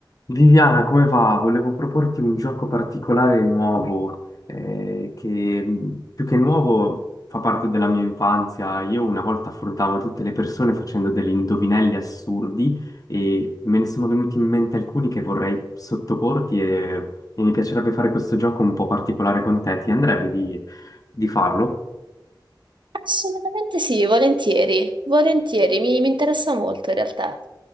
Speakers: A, on the left; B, on the right.
A: Viviana, come va? Volevo proporti un gioco particolare e nuovo, eh, che mh, più che nuovo fa parte della mia infanzia. Io una volta affrontavo tutte le persone facendo degli indovinelli assurdi e me ne sono venuti in mente alcuni che vorrei sottoporti e, e mi piacerebbe fare questo gioco un po' particolare con te. Ti andrebbe di di farlo?
B: Assolutamente sì, volentieri, volentieri, mi, mi interessa molto in realtà.